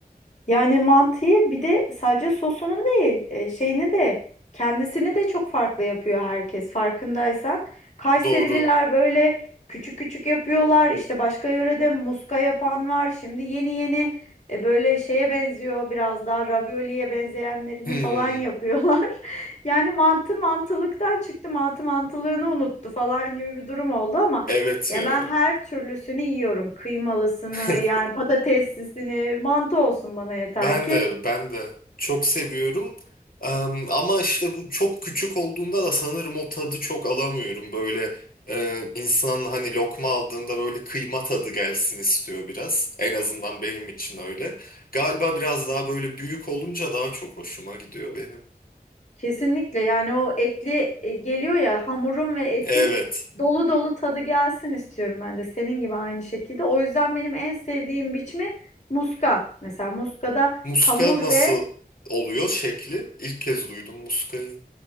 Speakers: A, on the left; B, on the left.
A: Yani mantıyı bir de sadece sosunu değil, e, şeyini de kendisini de çok farklı yapıyor herkes farkındaysan. Kayserililer
B: Doğru.
A: böyle küçük küçük yapıyorlar. İşte başka yörede muska yapan var. Şimdi yeni yeni e, böyle şeye benziyor biraz daha ravioliye benzeyenlerini
B: Hmm,
A: falan yapıyorlar. <laughs> Yani mantı mantılıktan çıktı, mantı mantılığını unuttu falan gibi bir durum oldu ama
B: evet
A: ya
B: ya.
A: ben her türlüsünü yiyorum. Kıymalısını,
B: <laughs>
A: yani patateslisini, mantı olsun bana yeter
B: Ben
A: ki.
B: de ben de çok seviyorum. Em, ama işte bu çok küçük olduğunda da sanırım o tadı çok alamıyorum. Böyle e, insan hani lokma aldığında böyle kıyma tadı gelsin istiyor biraz. En azından benim için öyle. Galiba biraz daha böyle büyük olunca daha çok hoşuma gidiyor benim.
A: Kesinlikle yani o etli e, geliyor ya hamurun ve etin
B: Evet.
A: dolu dolu tadı gelsin istiyorum ben de senin gibi aynı şekilde. O yüzden benim en sevdiğim biçimi muska. Mesela muskada
B: Muska
A: hamur
B: nasıl
A: ve
B: oluyor şekli? İlk kez duydum muskayı.